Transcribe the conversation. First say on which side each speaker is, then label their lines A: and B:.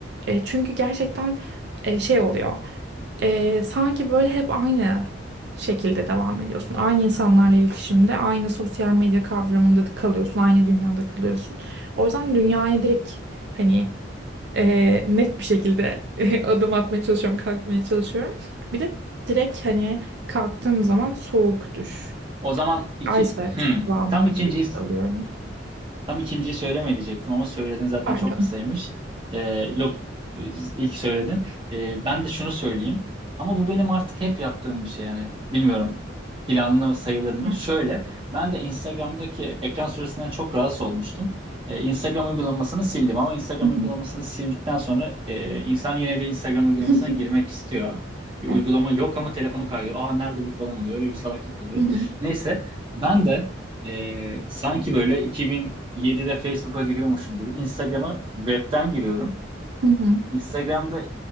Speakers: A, on the right; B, on the right.
A: Eee, çünkü gerçekten eee, şey oluyor. Eee, sanki böyle hep aynı şekilde devam ediyorsun. Aynı insanlarla iletişimde, aynı sosyal medya kavramında kalıyorsun, aynı dünyada kalıyorsun. O yüzden dünyaya direkt hani eee, net bir şekilde <laughs> adım atmaya çalışıyorum, kalkmaya çalışıyorum. Bir de direkt hani kalktığım zaman soğuk duş.
B: O zaman iki...
A: Iceberg
B: Hmm.
A: kıvamında
B: Tam ikinciyi
A: bir duş alıyorum.
B: Tam ikinciyi söyleme diyecektim ama söyledin zaten
A: Pardon.
B: çok kısaymış. Ee, yok ilk söyledin. Ee, ben de şunu söyleyeyim. Ama bu benim artık hep yaptığım bir şey yani. Bilmiyorum planlı sayılır mı?
A: <laughs>
B: Şöyle ben de Instagram'daki ekran süresinden çok rahatsız olmuştum. Ee, Instagram uygulamasını sildim ama Instagram
A: Hı hı
B: uygulamasını
A: hı.
B: sildikten sonra e, insan yine bir Instagram uygulamasına
A: <laughs>
B: girmek istiyor. Bir
A: Evet.
B: uygulama yok ama telefonu kayıyor. Aa nerede bu falan oluyor. Öyle bir salaklık oluyor.
A: Hı hı
B: Neyse ben de e, sanki böyle 2000 7'de Facebook'a giriyormuşum gibi. Instagram'a webten giriyorum.
A: hı hı.
B: Instagram'da